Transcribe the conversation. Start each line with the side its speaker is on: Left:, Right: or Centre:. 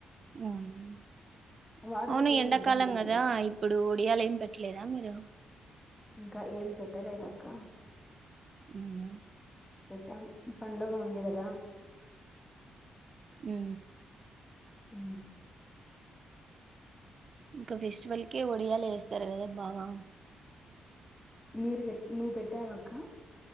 Right: అవునా
Left: వాటర్కి
Right: అవును
Left: ఏమి
Right: ఎండాకాలం
Left: ఇబ్బంది ఉండదు
Right: కదా ఇప్పుడు ఒడియాలు ఏం పెట్టలేదా మీరు
Left: ఇంకా ఏం పెట్టలేదక్క
Right: ఉందా
Left: పెట్టాలి ఈ పండుగ ఉంది కదా
Right: ఆ
Left: ఉ
Right: ఇంకా ఫెస్టివల్ కే ఒడియాలేస్తరు కద బాగా
Left: మీరు పెట్ నువ్వు పెట్టావాక్క